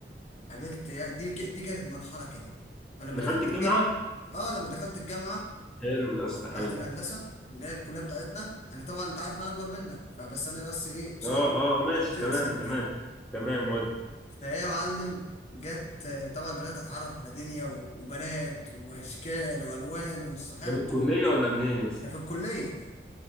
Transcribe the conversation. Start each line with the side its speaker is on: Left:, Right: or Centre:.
Left: قابلت يا دي ك- دي كانت مرحلة كده فلما
Centre: دخلت
Left: دخلت
Centre: الجامعة
Left: الجامعة اه لما دخلت الجامعة
Centre: حلو يا اسطى حلو
Left: بتاعت الهندسة اللي هي الكلية بتاعتنا انا طبعا انت عارف ان انا اكبر منك فبس انا بس ايه قصير
Centre: اه اه آه، ماشي
Left: نزلت
Centre: تمام
Left: سنتين
Centre: تمام تمام ود
Left: فهي يا معلم جت آه، طبعا بدأت أتعرف على دنيا و- وبنات وأشكال وألوان وصاحبت
Centre: ده من الكلية
Left: و-
Centre: ولا منين يا اسطى
Left: ده في الكلية